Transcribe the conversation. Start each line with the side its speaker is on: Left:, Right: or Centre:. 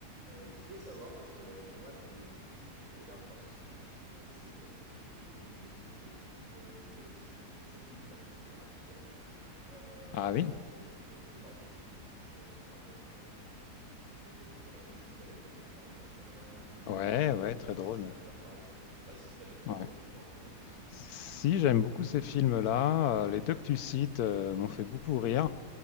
Right: Heu, je voulais savoir parce que moi, des films que je regarde, enfin surtout les films français, j'aime beaucoup les comédies, les films, heu, humoristiques, tu sais limite un petit peu absurdes, heu,
Left: Ah oui,
Right: qui ont été faits, tu sais, par des humoristes, je me rappelle, bah, tu sais Éric et Ramzy avec La tour Montparnasse infernale ou Les
Left: ouais,
Right: Nuls avec,
Left: ouais, très
Right: heu, La
Left: drôle.
Right: cité de la peur par exemple. Je sais pas si t'aimes ce genre
Left: Ouais.
Right: de film toi un petit peu?
Left: Si, j'aime beaucoup ces films-là. Euh, Les deux que tu cites euh, m'ont fait beaucoup rire.